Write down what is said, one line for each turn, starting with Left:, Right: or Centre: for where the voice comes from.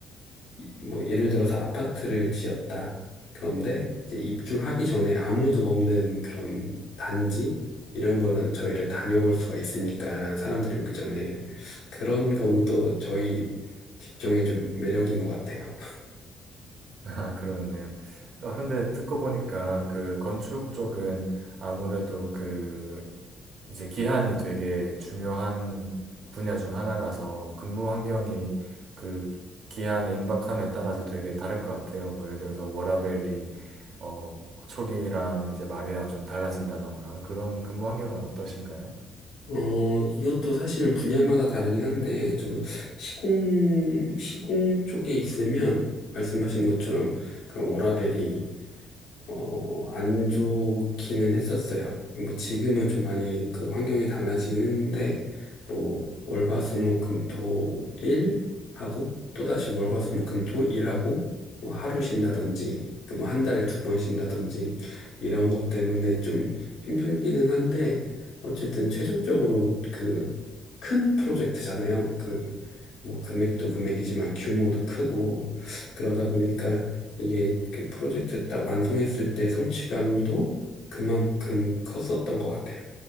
Left: 이- 뭐 예를 들어서 아파트를 지었다. 그런데 이제 입주하기 전에 아무도 없는 그런 단지? 이런 거는 저희를 다녀볼 수가 있으니까 사람들이 오기 전에 그런 거는 또 저희 직종의 좀 매력인 것 같아요.
Right: <laughs> 아, 그렇네요. 어, 근데 듣고 보니까 그 건축 쪽은 아무래도 그 이제 기한이 되게 중요한 분야 중 하나라서 근무 환경이 그 기한의 임박함에 따라서 되게 다를 것 같아요. 뭐 예를 들어서 워라밸이 어, 초기랑 이제 말이랑 좀 달라진다던가 그런 근무 환경은 어떠신가요?
Left: 어, 이것도 사실 분야마다 다르긴 한데, 저도 시공, 시공 쪽에 있으면, 말씀하신 것처럼, 그런 워라밸이 어, 안 좋기는 했었어요. 뭐 지금은 좀 많이 그 환경이 달라지긴 했는데 뭐 월화수목금토일 하고 또다시 월화수목금토일 하고 뭐 하루 쉰다든지 그 뭐 한 달에 두 번 쉰다든지 이런 것 때문에 좀 힘들기는 한데 어쨌든 최종적으로 그 큰 프로젝트잖아요. 그 뭐 금액도 금액이지만 규모도 크고 그러다 보니까 이게 그 프로젝트 딱 완성했을 때 성취감도 그만큼 컸었던 것 같아요.